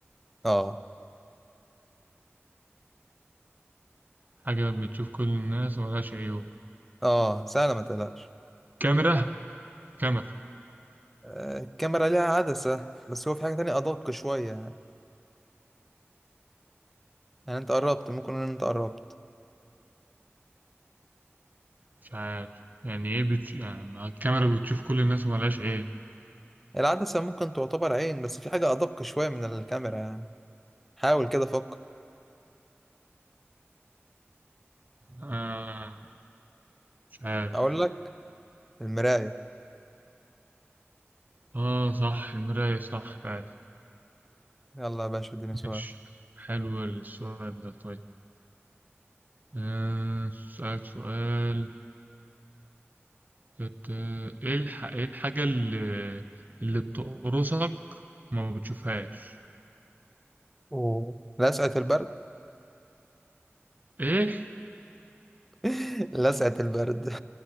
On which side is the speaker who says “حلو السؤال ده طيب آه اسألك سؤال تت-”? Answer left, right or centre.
Right